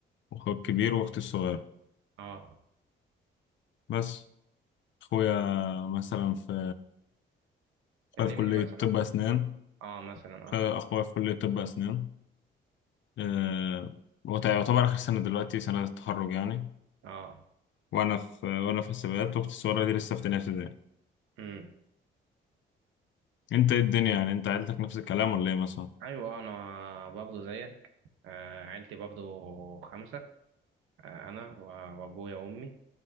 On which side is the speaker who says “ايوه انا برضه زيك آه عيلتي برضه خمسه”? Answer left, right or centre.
Right